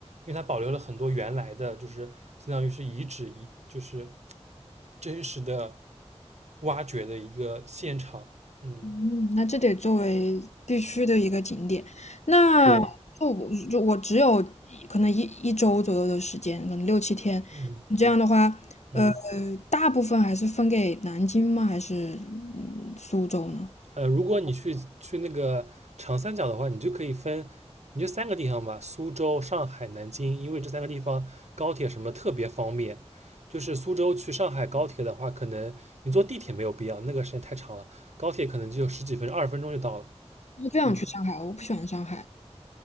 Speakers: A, on the right; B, on the left.
A: 为它保留了很多原来的，就是相当于是遗址遗，就是真实的挖掘的一个现场。嗯，
B: 嗯，那这得作为必须的一个景点。那就我就我只有可能一一周左右的时间，
A: 对，
B: 可能六七天。
A: 嗯
B: 你这样的话，呃，
A: 嗯。
B: 大部分还是分给南京吗？还是嗯苏州呢？
A: 呃，如果你去去那个长三角的话，你就可以分，你就三个地方吧，苏州、上海、南京，因为这三个地方高铁什么特别方便。就是苏州去上海高铁的话，可能你坐地铁没有必要，那个时间太长了，高铁可能就十几分钟、二十分钟就到了。
B: 我不想去上海，
A: 嗯，
B: 我不喜欢上海，